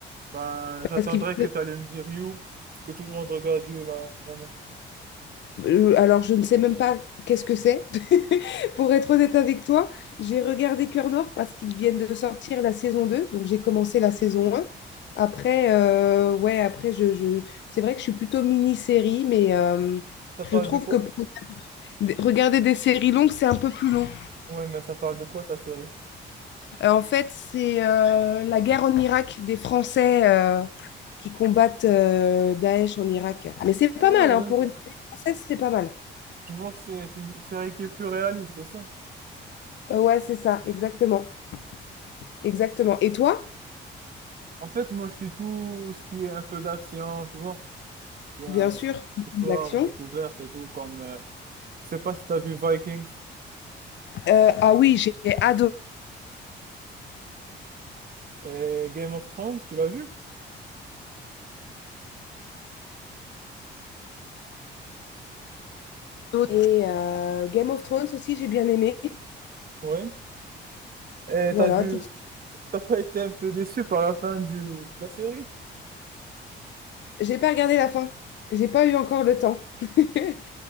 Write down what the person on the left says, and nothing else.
parce qu'il
Euh, Alors, je ne sais même pas qu'est-ce que c'est. <laughs> Pour être honnête avec toi, j'ai regardé Cœur Noir parce qu'ils viennent de sortir la saison 2, Donc, j'ai commencé la saison un. Après, euh, ouais, après, je, je- c'est vrai que je suis plutôt mini-série, mais euh,
je trouve
que pour- regarder des séries longues, c'est un peu plus long.
Euh, en fait, c'est euh, la guerre en Irak des Français euh, qui combattent euh, Daesh en Irak. Mais c'est pas
mal, hein,
pour une série française, c'est pas mal.
Euh, ouais, c'est ça, exactement. Exactement. Et toi,
bien sûr,
l'action.
Euh, ah oui, j'ai adoré.
Et euh, Game of Thrones aussi, j'ai bien aimé.
Voilà,
tout...
j'ai pas regardé la fin. J'ai pas eu encore le temps. <laughs>